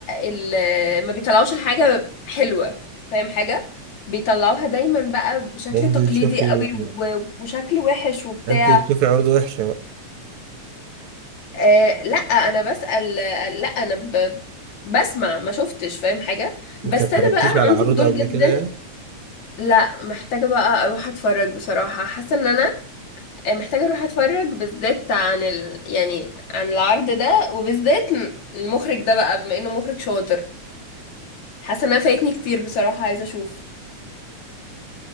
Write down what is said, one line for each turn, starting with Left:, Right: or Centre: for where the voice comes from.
Left: ال- ما بيطلعوش الحاجة حلوة فاهم حاجة بيطلعوها دايما بقى بشكل
Right: أنت
Left: تقليدي
Right: تشوفي
Left: قوي و- وشكل وحش وبتاع
Right: أنت تشوفي عروض وحشة بقى
Left: آه لا انا بسأل آه، لا انا ب... بسمع ما شفتش فاهم حاجة بس
Right: أنت متفرجتيش
Left: انا بقى
Right: على
Left: عندي
Right: عروض
Left: فضول
Right: قبل
Left: جدا
Right: كده يعني؟
Left: لا محتاجة بقى اروح اتفرج بصراحة حاسة ان انا محتاجة اروح اتفرج بالذات عن ال... يعني عن العرض ده وبالذات م- المخرج ده بقى بما انه مخرج شاطر حاسة انها فايتني كتير بصراحة عايزة اشوف